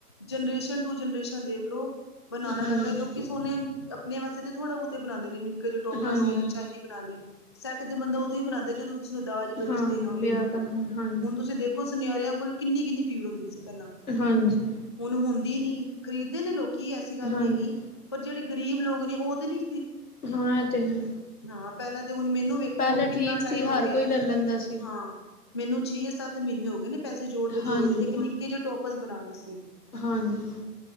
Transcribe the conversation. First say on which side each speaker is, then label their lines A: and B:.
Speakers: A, on the left; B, on the left.
A: ਜਨਰੇਸ਼ਨ ਟੂ ਜਨਰੇਸ਼ਨ ਦੇਖ ਲਓ। ਬਣਾਣਾ
B: ਹਾਂਜੀ
A: ਪੈਂਦਾ। ਲੋਕੀ ਸੋਨੇ ਆਪਣੇ ਵਾਸਤੇ ਤੇ ਥੋੜਾ- ਬਹੁਤੇ ਬਣਾਂਦੇ ਨੇ। ਜੇ ਟੋਪਾ
B: ਹਾਂਜੀ
A: ਜਾਂ ਚੈਨੀ ਬਣਾ ਲਈ। ਸੈੱਟ ਤੇ ਬੰਦਾ ਉਦੋਂ ਹੀ ਬਣਾਦਾ। ਜਦੋਂ ਕਿਸੇ ਨੂੰ ਦਾਜ- ਵਰੀ
B: ਹਾਂ
A: ਚ ਦੇਣਾ ਹੋਏ।
B: ਵਿਆਹ ਕਰਨਾ ਹਾਂਜੀ
A: ਹੁਣ ਤੁਸੀਂ ਦੇਖੋ, ਸੁਨਿਆਰਿਆਂ ਕੋਲ ਕਿੰਨੀ-ਕਿੰਨੀ ਭੀੜ ਹੁੰਦੀ ਸੀ। ਪਹਿਲਾਂ
B: ਹਾਂਜੀ।
A: ਹੁਣ ਹੁੰਦੀ ਨੀ। ਖ਼ਰੀਦਦੇ ਨੇ ਲੋਕੀ ਐਸੀ ਗੱਲ
B: ਹਾਂਜੀ
A: ਨੀ ਹੈਗੀ। ਪਰ ਜਿਹੜੇ ਗ਼ਰੀਬ ਲੋਕ ਨੇ ਉਹ ਤੇ ਨੀ
B: ਹਾਂ ਇਹ ਤੇ ਹੈ।
A: ਹਾਂ, ਪਹਿਲਾਂ ਤੇ ਹੁਣ ਮੈਨੂੰ ਵੇਖੋ,
B: ਪਹਿਲੇ
A: ਕਿੰਨਾ
B: ਠੀਕ ਸੀ
A: ਟਾਈਮ
B: ਹਰ
A: ਹੋ ਗਿਆ।
B: ਕੋਈ ਲੈ ਲੈਂਦਾ ਸੀ।
A: ਹਾਂ। ਮੈਨੂੰ ਛੇ-ਸੱਤ ਮਹੀਨੇ ਹੋ ਗਏ ਨੇ ਪੈਸੇ ਜੋੜਦੇ-ਜੋੜਦੇ
B: ਹਾਂਜੀ,
A: ਇੱਕ ਨਿੱਕੇ ਜਿਹੇ ਟੋਪਸ ਬਣਾਣ ਵਾਸਤੇ।
B: ਹਾਂਜੀ।